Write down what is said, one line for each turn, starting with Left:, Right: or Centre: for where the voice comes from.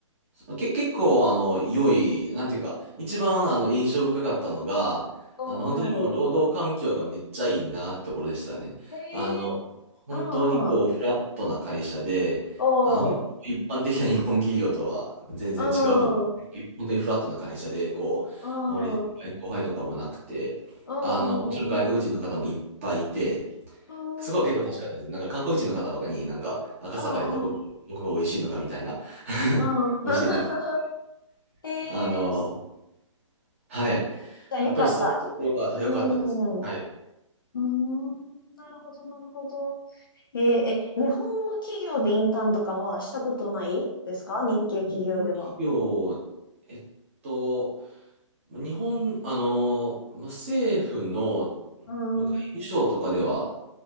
Right: まけ、結構、あの、良い、なんていうか、一番、あの、印象深かったのが、
Left: うん、
Right: あの、
Left: うん、
Right: 本当にもう、労働環境がめっちゃいいなってところでしたね。
Left: うん。へえ、
Right: あの、本当にこう、
Left: うん、うん。
Right: フラットな会社で、
Left: おう、
Right: あの、一般的な日本企業とは全然違うと思う。
Left: うん、
Right: 本当にフラットな会社で、こう、
Left: う
Right: あまり先輩後輩とかもなくて、
Left: ん。うんう
Right: あの、もちろん外国人の方もいっぱいいて、
Left: んうん。うーん。
Right: そこは結構楽しかったです。なんか韓国人の方とかになんか赤坂でどこ、
Left: うんうん
Right: どこが美味しいのかみたいな <laughs>
Left: うん。
Right: 教えていただいて、
Left: <laughs> え
Right: あの、
Left: えー、じ
Right: はい。
Left: ゃあよかった。
Right: やっぱりそういうところが良かったです。
Left: うーん。
Right: はい。
Left: うーん。なるほど、なるほど。えー、え、日本の企業でインターンとかはしたことないですか日系企業では。
Right: 日本の企業、えっと、日本、あの、まあ政府の
Left: うーん。
Right: まあ外務省とかでは